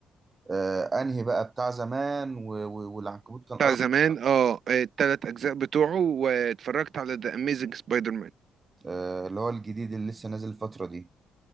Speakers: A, on the right (about 30°); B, on the right (about 55°).
A: آه انهي بقى بتاع زمان و... و... والعنكبوت كان
B: بتاع
A: أرض
B: زمان اه آه، التلات اجزاء بتوعه واتفرجت على ذا اميزنج سبايدر مان
A: آه اللي هو الجديد اللي لسه نازل الفترة دي